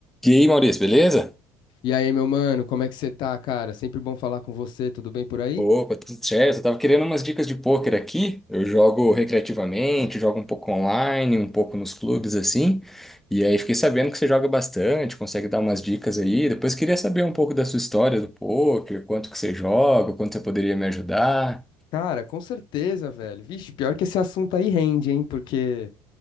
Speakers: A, in the centre; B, on the left.
A: E aí, Maurício, beleza?
B: E aí, meu mano, como é que você tá, cara? Sempre bom falar com você, tudo bem por aí?
A: Opa, tudo certo. Eu tava querendo umas dicas de pôquer aqui. Eu jogo recreativamente, jogo um pouco online, um pouco nos clubes assim. E aí fiquei sabendo que você joga bastante, consegue dar umas dicas aí. Depois queria saber um pouco da sua história do pôquer, quanto que você joga, quanto você poderia me ajudar.
B: Cara, com certeza, velho. Vixe, pior que esse assunto aí rende, hein? Porque